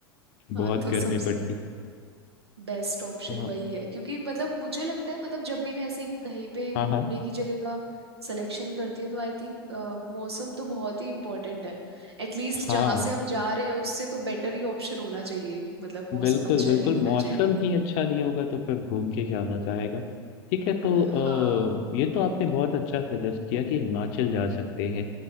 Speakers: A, on the right; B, on the left.
A: हाँ
B: बहुत
A: तो
B: गर्मी
A: सबसे
B: पड़ती
A: बेस्ट ऑप्शन
B: हाँ
A: वही है क्योंकि मतलब मुझे लगता है मतलब जब भी मैं ऐसे कहीं पे
B: हाँ
A: घूमने
B: हाँ
A: की जगह का सिलेक्शन करती हूँ तो आई थिंक मौसम तो बहुत ही इम्पोर्टेंट है एटलीस्ट
B: हाँ
A: जहाँ से हम जा रहे हैं उससे तो बेटर ही ऑप्शन होना चाहिए मतलब मौसम
B: बिल्कुल
A: अच्छा
B: बिल्कुल
A: ही होना
B: मौसम
A: चाहिए
B: ही अच्छा नहीं होगा तो फिर घूम के क्या मजा आएगा ठीक है तो
A: हाँ
B: अ, ये तो आपने बहुत अच्छा सजेस्ट किया कि हिमाचल जा सकते हैं